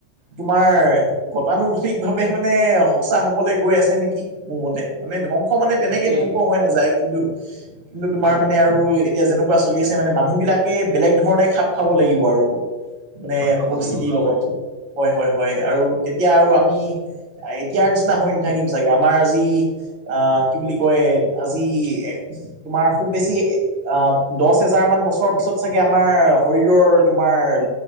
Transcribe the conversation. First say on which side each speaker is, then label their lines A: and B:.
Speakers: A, on the right; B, on the right.
A: তোমাৰ গতানুগতিক ভাৱে মানে সঁচা হবলে গৈ আছে নেকি? মোৰ মাতে মানে ধ্বংস মানে তেনেকে
B: তাকেই
A: ধ্বংস হৈ নাযায় কিন্তু কিন্তু তোমাৰ
B: হুম।
A: মানে আৰু- এতিয়া যেনেকুৱা চলি আছে মানে মানুহ বিলাকে বেলেগ ধৰণে খাপ খাব লাগিব আৰু। মানে
B: খাপ খাব
A: পৰিস্থিতিৰ
B: লাগিব হয়
A: লগত
B: হয়
A: হয় হয় হয়
B: পৰি-
A: আৰু তেতিয়া আৰু আমি- এ‌ এতিয়াৰ নিচিনা হৈ নাথাকিম- চাগে আমাৰ আজি আহ কি বুলি কয় আজি এ- তোমাৰ খুৱ বেছি আঁ- দচ হেজাৰ মান বছৰৰ পিছত চাগে আমাৰ শৰীৰৰ তোমাৰ-